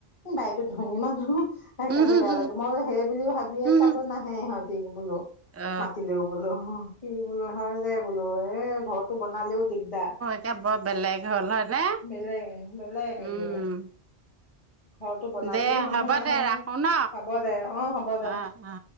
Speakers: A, on the left (about 30°); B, on the right (about 15°).
A: এই বাইদেউ ধনী মানুহ,
B: উম
A: সেইকাৰণে বেয়া লাগে মই সেই বুলিওঁ ভাবিয়ে
B: উম
A: চাগৈ‌ নে এই ইহঁতে বোলো
B: অ
A: মাতিলেও বোলো, কি বোলো সেই যে বোলো এ ঘৰটো বনালেও দিগদাৰ।
B: এতিয়া বৰ বেলেগ হ'ল। হয়নে
A: বেলেগ, বেলেগ একেবাৰে।
B: উম
A: ঘৰতো বনালেও
B: দে
A: মানুহ
B: হ'ব
A: নাহে,
B: দে ৰাখো ন
A: হ'ব দে, অ', হ'ব দে।
B: অ অ